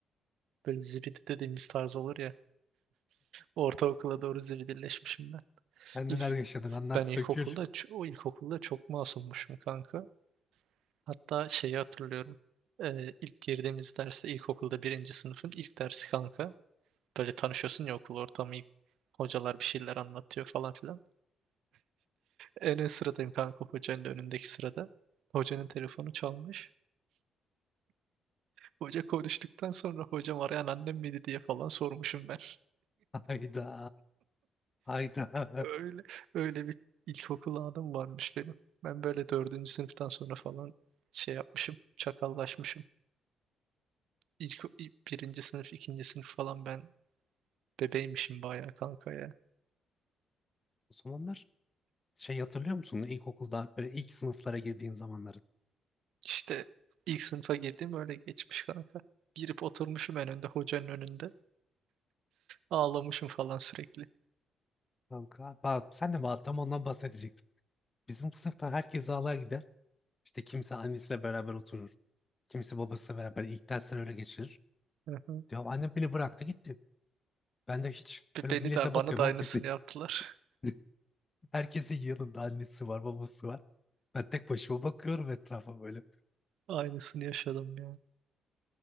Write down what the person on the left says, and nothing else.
Sen
neler yaşadın anlat
dökül.
Hayda. Hayda.
O zamanlar şey hatırlıyor musun? İlkokulda böyle ilk sınıflara girdiğin zamanları.
Kanka bak sen de bak tam ondan bahsedecektim. Bizim sınıftan herkes ağlar gider. İşte kimse annesiyle beraber oturur. kimse babasıyla beraber ilk dersleri öyle geçirir.
Ya annem beni bıraktı gitti. Ben de hiç
böyle
millete
bakıyorum
herkes
<laughs> Herkesin yanında annesi var, babası var. Ben tek başıma bakıyorum etrafa böyle.